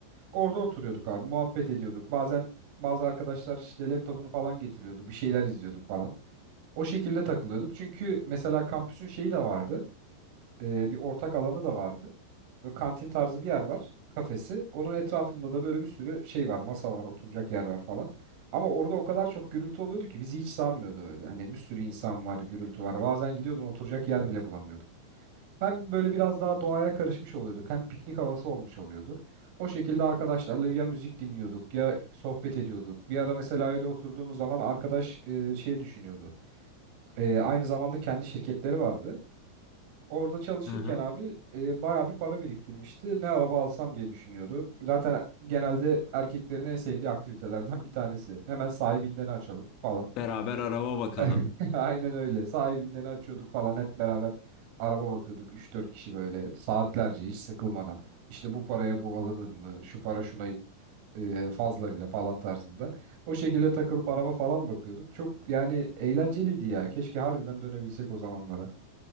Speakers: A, on the right; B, on the left.
A: Orada oturuyorduk abi, muhabbet ediyorduk. Bazen bazı arkadaşlar işte laptopunu falan getiriyordu, bir şeyler izliyorduk falan. O şekilde takılıyorduk. Çünkü mesela kampüsün şeyi de vardı, e, bir ortak alanı da vardı. Böyle kantin tarzı bir yer var, kafesi. Onun etrafında da böyle bir sürü şey var, masa var, oturacak yer var falan. Ama orada o kadar çok gürültü oluyordu ki bizi hiç sarmıyordu öyle. Hani bir sürü insan var, gürültü var. Bazen gidiyordun oturacak yer bile bulamıyorduk. Hem böyle biraz daha doğaya karışmış oluyorduk, hem piknik havası olmuş oluyordu. O şekilde arkadaşlarla ya müzik dinliyorduk ya sohbet ediyorduk. Bir ara mesela öyle oturduğumuz zaman arkadaş e, şey düşünüyordu. E, aynı zamanda kendi şirketleri vardı. Orada çalışırken
B: Hı hı.
A: abi e, bayağı bir para biriktirmişti. Ne araba alsam diye düşünüyordu. Zaten genelde erkeklerin en sevdiği aktivitelerden bir tanesi. Hemen sahibinden açalım falan.
B: Beraber araba bakalım.
A: <laughs> Aynen öyle. Sahibinden açıyorduk falan hep beraber araba bakıyorduk üç dört kişi böyle saatlerce hiç sıkılmadan. İşte bu paraya bu alınır mı? Şu para şuna e, fazla bile falan tarzında. O şekilde takılıp araba falan bakıyorduk. Çok yani eğlenceliydi ya. Keşke harbiden dönebilsek o zamanlara.